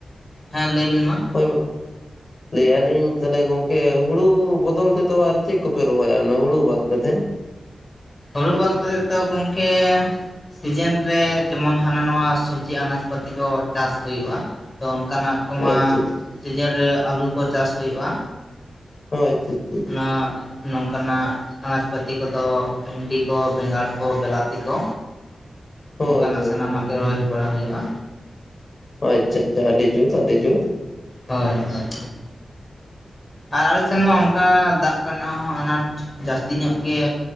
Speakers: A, on the left; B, on the left.
A: ᱦᱮᱸ ᱞᱟᱹᱭ ᱵᱤᱱ ᱢᱟ᱾
B: ᱦᱳᱭ᱾ ᱞᱟᱹᱭᱮᱜ ᱟᱞᱤᱧ ᱛᱟᱦᱞᱮ ᱜᱚᱝᱠᱮ ᱦᱩᱲᱩ ᱵᱚᱫᱚᱞ ᱛᱮᱫᱚ ᱟᱨ ᱪᱮᱱ ᱠᱚᱯᱮ ᱨᱚᱦᱚᱭᱟ ᱚᱱᱟ ᱦᱩᱲᱩ ᱵᱟᱫ ᱠᱟᱛᱮᱫ?
A: ᱦᱩᱲᱩ ᱵᱟᱫ ᱠᱟᱛᱮᱫ ᱫᱚ ᱜᱩᱝᱠᱮ ᱥᱤᱡᱮᱱ ᱨᱮ ᱡᱮᱢᱚᱱ ᱦᱟᱱᱟ ᱱᱟᱣᱟ ᱥᱚᱵᱽᱡᱤ ᱟᱱᱟᱡ ᱯᱟᱹᱛᱤ ᱠᱚ ᱪᱟᱥ ᱦᱩᱭᱩᱜ-ᱟ᱾ ᱛᱚ ᱚᱱᱠᱟᱱᱟᱜ ᱠᱚᱢᱟ
B: ᱟᱪᱪᱷᱟ
A: ᱥᱤᱡᱮᱱ ᱨᱮ ᱟᱞᱩ ᱠᱚ ᱪᱟᱥ ᱦᱩᱭᱩᱜ-ᱟ᱾
B: ᱦᱳᱭ, ᱪᱤᱱ ᱪᱤᱱ
A: ᱟᱸᱜ ᱱᱚᱝᱠᱟᱱᱟᱜ ᱟᱱᱟᱡᱽ ᱯᱟᱹᱛᱤ ᱠᱚᱫᱚ ᱵᱷᱮᱱᱰᱤ ᱠᱚ ᱵᱮᱸᱜᱟᱲ ᱠᱚ ᱵᱮᱞᱟᱛᱤ ᱠᱚ
B: <inaudible>
A: ᱱᱩᱝᱠᱟᱱᱟᱜ
B: ᱦᱳᱭ
A: ᱥᱟᱱᱟᱢᱟᱜ
B: ᱦᱳᱭ
A: ᱜᱮ ᱨᱚᱦᱚᱭ ᱵᱟᱲᱟ ᱦᱳᱭᱳᱜ-ᱟ᱾
B: ᱚ ᱟᱪᱪᱷᱟ ᱟᱪᱪᱷᱟ, ᱟᱰᱤ ᱡᱩᱛ ᱟᱰᱤ ᱡᱩᱛ᱾
A: ᱦᱳᱭ ᱦᱳᱭ᱾ ᱟᱨ ᱟᱞᱮ ᱥᱮᱱ ᱢᱟ ᱚᱝᱠᱟ ᱫᱟᱜ ᱠᱚ ᱨᱮᱱᱟᱜ ᱦᱚᱸ ᱟᱱᱟᱴ ᱡᱟᱥᱛᱤ ᱧᱚᱜ ᱜᱮ᱾